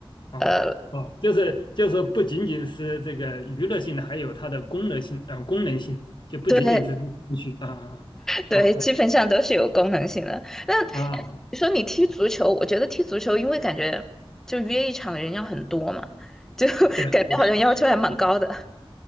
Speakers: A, on the left; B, in the centre.
A: 啊！
B: 呃
A: 哦，就是就是说，不仅仅是这个娱乐性的，还有它的功能性，呃，功能性就不仅仅是兴趣啊
B: <laughs> 对对，
A: 啊啊
B: 基本上都是有功能性的。那哎你说你踢足球，
A: 啊！啊
B: 我觉得踢足球，因为感觉就约一场人要很多嘛，就 <laughs>
A: 对了对了，
B: 感觉好像要求还蛮高的